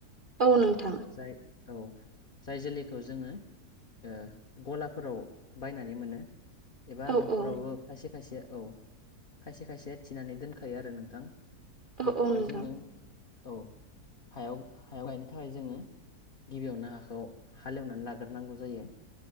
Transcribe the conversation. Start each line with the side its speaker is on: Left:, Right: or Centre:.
Right: औ
Left: ओ
Right: नोंथां
Left: जाय औ। जाय जोलैखौ जोङो ओ गलाफोराव बायनानै मोनो। एबा न'खरावबो
Right: औ औ
Left: खायसे खायसे औ खायसे खायसे थिनानै दोनखायो आरो नोंथां।
Right: औ
Left: बेखौहाय
Right: औ नोंथां
Left: जोङो औ हायाव हायाव गायनो थाखाय जोङो गिबियावनो हाखौ हालेवनानै लाग्रोनांगौ जायो